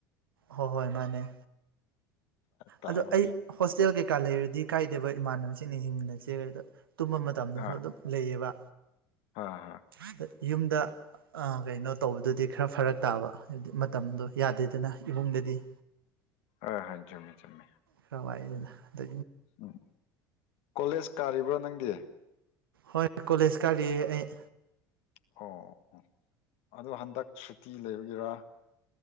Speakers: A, on the right (about 80°); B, on the left (about 55°).
A: ꯍꯣꯏ ꯍꯣꯏ ꯃꯥꯅꯦ
B: ꯇꯥꯕ
A: ꯑꯗꯣ ꯑꯩ ꯍꯣꯁꯇꯦꯜ ꯀꯩꯀꯥ ꯂꯩꯔꯗꯤ ꯀꯥꯏꯗꯦꯕ ꯏꯃꯥꯟꯅꯕꯁꯤꯡꯅ ꯍꯤꯡꯃꯤꯟꯅꯁꯦ ꯀꯩꯗ ꯇꯨꯝꯕ ꯃꯇꯝꯗꯁꯨ
B: ꯍꯥ
A: ꯑꯗꯨꯝ ꯂꯩꯌꯦꯕ
B: ꯍꯥ ꯍꯥ
A: ꯑꯗ ꯌꯨꯝꯗ ꯀꯩꯅꯣ ꯇꯧꯕꯗꯨꯗꯤ ꯈꯔ ꯐꯔꯛ ꯇꯥꯕ ꯍꯥꯏꯗꯤ ꯃꯇꯝꯗꯣ ꯌꯥꯗꯦꯗꯅ ꯏꯃꯨꯡꯗꯗꯤ
B: ꯑꯥ ꯍꯣꯏꯖꯨꯝꯃꯦ ꯆꯖꯨꯝꯃꯦ
A: ꯈꯔꯋꯥꯏꯗꯅ ꯑꯗꯗ
B: ꯎꯝ ꯀꯣꯂꯦꯖ ꯀꯥꯔꯤꯕ꯭ꯔꯣ ꯅꯪꯗꯤ
A: ꯍꯣꯏ ꯀꯣꯂꯦꯖ ꯀꯥꯔꯤ ꯑꯩ
B: ꯑꯣ ꯑꯣ ꯑꯗꯣ ꯍꯟꯗꯛ ꯁꯨꯇꯤ ꯂꯩꯕꯒꯤꯔ